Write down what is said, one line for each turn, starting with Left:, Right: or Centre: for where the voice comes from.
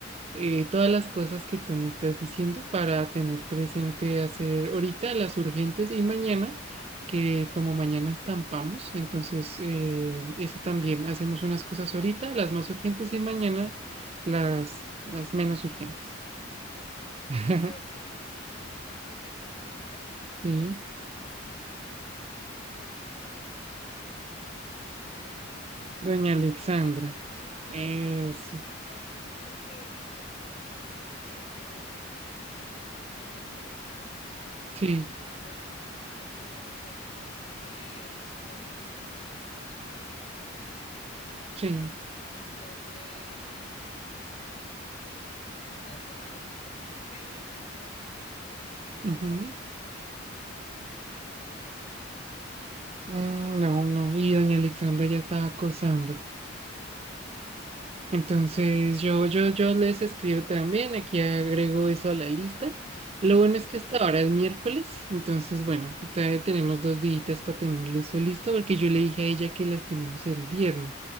Right: eh,
Left: Listo.
Right: todas las cosas que tú me estás diciendo para tener
Left: Sí.
Right: presente hacer ahorita las urgentes y mañana, que como
Left: Ujú.
Right: mañana estampamos, entonces eh, eso también, hacemos unas cosas ahorita, las más urgentes y mañana las, las menos urgentes.
Left: Las menos urgentes. Sí,
Right: <laughs>
Left: porque, digamos, finalizando la semanita, ya
Right: Sí,
Left: tendremos que haber terminado incluso el pedido de, ay, esta señora de
Right: doña Alexandra.
Left: Doña Alexandra. Ajá,
Right: Eso,
Left: exacto, porque ella había pedido unas camisetas para el, ay, los Boy Scouts, ese
Right: sí,
Left: grupo que ella, ella quería, porque hay, porque es que, ¿te acuerdas que la semana pasada hicimos un pedido en Creaciones Kick?
Right: sí.
Left: Entonces, ahí para que lleguen, no sé, ah, no, mentiras, es que ahí lo que toca es escribirles
Right: ujú.
Left: para ver cuándo es que los tienen listos, porque hasta el momento no han dicho nada, ¿o ¿sí?
Right: Mm, no, no, y doña Alexandra ya estaba acosando.
Left: Ajá, sí,
Right: Entonces
Left: entonces,
Right: yo, yo, yo
Left: mm,
Right: les escribo también, aquí agrego eso a la lista. Lo bueno
Left: ujú,
Right: es que hasta ahora es miércoles, entonces bueno, todavía tenemos dos días para tener eso
Left: todavía
Right: listo,
Left: tenemos
Right: porque yo le
Left: tiempo.
Right: dije a ella que las tenemos el viernes.